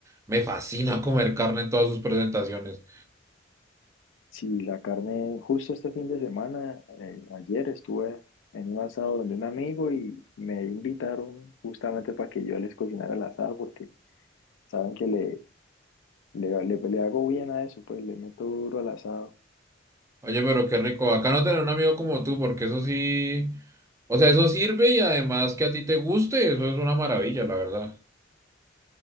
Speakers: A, on the right (about 15°); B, on the left (about 70°).
A: Me fascina comer carne en todas sus presentaciones.
B: Si la carne, justo este fin de semana, eh, ayer estuve en un asado donde un amigo y me invitaron justamente para que yo les cocinara el asado porque saben que le, le, le, le hago bien a eso, pues le meto duro al asado.
A: Oye, pero qué rico. Acá no tener un amigo como tú, porque eso sí. O sea, eso sirve y además que a ti te guste, eso es una maravilla, la verdad.